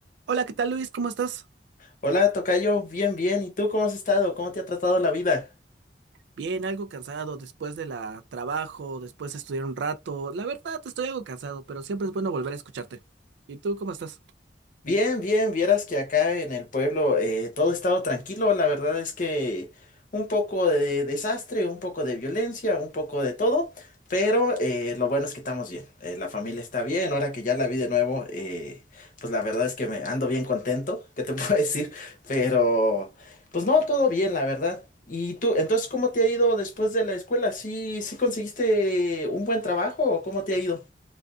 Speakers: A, on the right; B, on the left.
A: Hola, ¿qué tal Luis? ¿Cómo estás?
B: Hola, tocayo, bien, bien. ¿Y tú cómo has estado? ¿Cómo te ha tratado la vida?
A: Bien, algo cansado después de la trabajo, después de estudiar un rato. La verdad, estoy algo cansado, pero siempre es bueno volver a escucharte. ¿Y tú cómo estás?
B: Bien, bien. Vieras que acá en el pueblo eh, todo ha estado tranquilo. La verdad es que un poco de desastre, un poco de violencia, un poco de todo. Pero eh, lo bueno es que estamos bien. Eh, la familia está bien. Ahora que ya la vi de nuevo, eh, pues la verdad es que me ando bien contento. ¿Qué te <laughs> puedo decir? Pero, pues no, todo bien, la verdad. ¿Y tú, entonces, cómo te ha ido después de la escuela? ¿Sí, sí conseguiste un buen trabajo o cómo te ha ido?